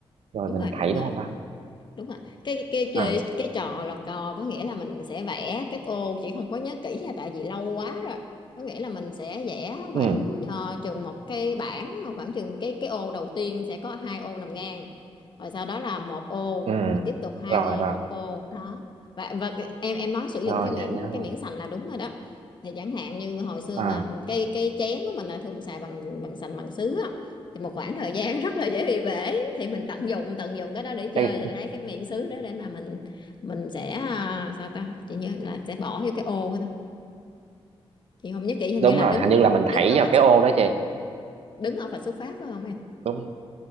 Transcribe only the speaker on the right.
Rồi
mình
thảy
đúng không ta?
à
ừ
ừ
rồi
rồi
rồi
dạ em nhớ rồi
à
cái
đúng
rồi
hình như là mình
thảy
vào
cái
ô đó chị
đúng